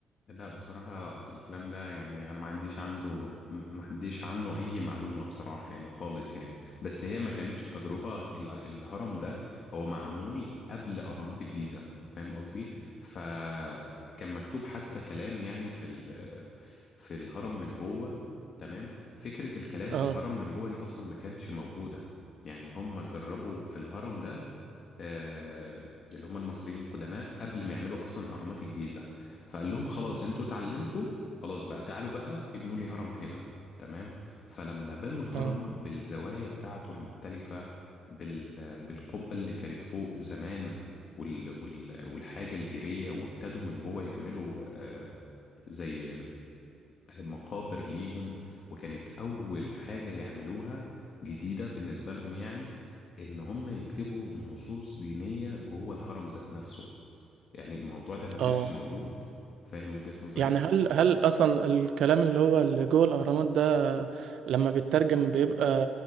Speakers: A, on the left; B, on the right.
A: لا بصراحة الكلام ده يعني أنا ما عنديش عنده ما عنديش عنه أي معلومة بصراحة يعني خالص يعني بس هي ما كانتش تجربة ال- الهرم ده هو معمول قبل أهرامات الجيزة فاهم قصدي؟ فكان مكتوب حتى كلام يعني في ال- في الهرم من جوه تمام فكرة الكلام
B: اه
A: في الهرم من جوه دي أصلا ما كانتش موجودة يعني هم جربوا في الهرم ده آه، اللي هم المصريين القدماء قبل ما يعملوا أصلا أهرامات الجيزة فقال لهم خلاص انتوا اتعلمتوا خلاص بقى تعالوا بقى ابنوا لي هرم هنا تمام فلما بنوا الهرم
B: اه
A: بالزوايا بتاعته المختلفة بال... بالقبة اللي كانت فوق زمان وال... وال... والحاجة الجيرية وابتدوا من جوه يعملوا آه، زي مقابر ليهم وكانت أول حاجة يعملوها جديدة بالنسبة لهم يعني إن هم يكتبوا نصوص دينية جوه الهرم ذات نفسه يعني الموضوع ده ما كانش
B: اه
A: موجود فاهم وجهة نظري
B: يعني هل هل اصلا الكلام اللي هو اللي جوه الاهرامات ده لما بيترجم بيبقى